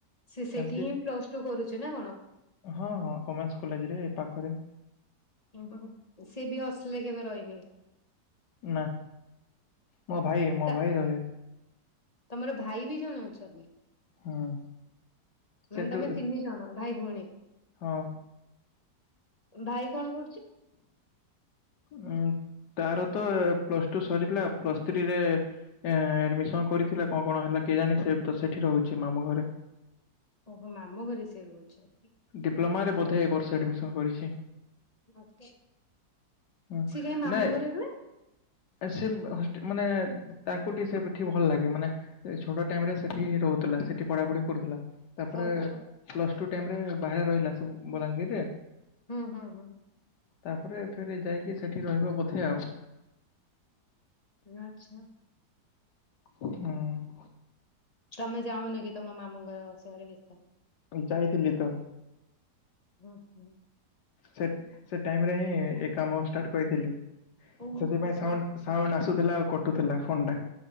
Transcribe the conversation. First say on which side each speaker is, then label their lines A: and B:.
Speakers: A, on the left (about 25°); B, on the left (about 80°).
A: ସେ
B: ସେମିତି
A: ସେଇଠି ହିଁ ପ୍ଲସ ଟୁ କରୁଛି ନା କଣ?
B: ହଁ ହଁ ଓମେନ୍ସ କଲେଜ ରେ ଏ ପାଖରେ।
A: ଓ ହୋ ସିଏ ବି ହସଟେଲ୍ ରେ କେବେ ରହିନି?
B: ନା ମୋ ଭାଇ ମୋ
A: ତା
B: ଭାଇ ରହେ।
A: ତମର ଭାଇ ବି ଜଣେ ଅଛନ୍ତି?
B: ହୁଁ ସେଠୁ
A: ମାନେ ତମେ ତିନି ଜଣ ଭାଇ ଭଉଣୀ?
B: ହଁ।
A: ଭାଇ କଣ କରୁଛି?
B: ଉଁ ତାର ତ ପ୍ଲସ ଟୁ ସରିଲା ପ୍ଲସ ଥ୍ରୀରେ ଏ ଆଡମିସନ କରିଥିଲା କଣ କଣ ହେଲା କେଜାଣି ସେ ତ ସେଠି ରହୁଛି ମାମୁ ଘରେ।
A: ଓହୋ ମାମୁଁ ଘରେ ସେ ରହୁଛି।
B: ଡିପ୍ଲୋମାରେ ବୋଧେ ଏ ବର୍ଷ ଆଡମିସନ କରିଛି।
A: ଆଛା
B: ହୁଁ
A: ସିଏ କାଇଁ ମାମୁଁ
B: ନାଇଁ
A: ଘରେ ରୁହେ?
B: ସେ ବ୍ ହଷ୍ଟ୍ ମାନେ ତାକୁଟି ସେଠି ଭଲ ଲାଗେ ମାନେ ଛୋଡ ଟାଇମ ରେ ସେଠିି ରହୁଥିଲା ସେଠି ପଢାପଢି କରୁଥିଲା। ତାପରେ
A: ଓହୋ ହୋ
B: ପ୍ଲସ ଟୁ ଟାଇରମ୍ ବାହାରେ ରହିଲା ସେ ବଲାଙ୍ଗୀରରେ।
A: ହୁଁ ହୁଁ ହୁଁ।
B: ତାପରେ ଫେରେ ଯାଇକି ସେଠି ରହିବ ବୋଧେ ଆଉ।
A: ଆଚ୍ଛା।
B: ହୁଁ।
A: ତମ ଯାଉନକି ତମ ମାମୁ ଘରେ ଅସ ଆରେ ବେସ?
B: ଯାଇଥିଲିତ।
A: ହୁଁ ହୁଁ।
B: ସେ ସେ ଟାଇମରେହିଁ ଏକାମ ଷ୍ଟାର୍ଟ କରିଥିଲି
A: ଓହୋ
B: ସେଥିପାଇଁ
A: ହୋ
B: ସାଉଣ୍ଡ ସାଉଣ୍ଡୁ ଆସୁଥିଲା ଆଉ କଟୁଥିଲା ଫୋନଟା।